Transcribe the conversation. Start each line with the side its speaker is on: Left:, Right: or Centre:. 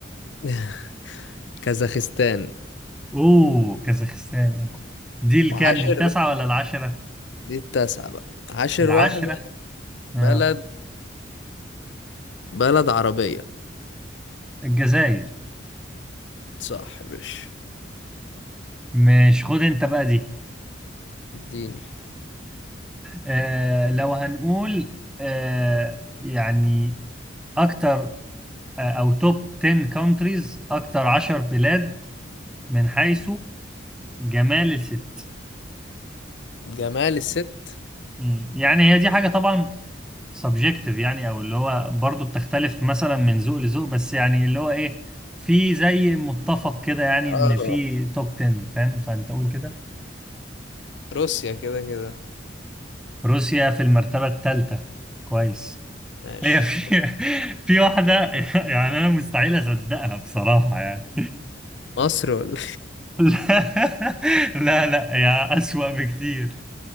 Left: <laughs> كازاخستان
Centre: أوه كازاخستان دي الكام
Left: وعاشر
Centre: دي التاسعة ولا العشرة
Left: دي التاسعة بقى عاشر
Centre: العشرة
Left: واحدة
Centre: آه.
Left: بلد بلد عربية
Centre: الجزائر
Left: صح يا باشا
Centre: مش خد انت بقى دي
Left: اديني
Centre: آه لو هنقول آه يعني اكتر آه او توب 10 countries اكتر 10 بلاد من حيث جمال الست
Left: جمال الست
Centre: مم. يعني هي دي حاجة طبعا subjective يعني او اللي هو برضو بتختلف مثلا من ذوق لذوق بس يعني اللي هو ايه في زي متفق كده يعني
Left: آه.
Centre: ان في توب 10 فاهم فانت قول كده
Left: روسيا كده كده
Centre: روسيا في المرتبة الثالثة كويس
Left: ماشي
Centre: هي في
Left: بقى.
Centre: <laughs> في واحدة <laughs> يعني أنا مستحيل أصدقها بصراحة يعني
Left: مصر ولا
Centre: <laughs> لا لا لا يا أسوأ بكتير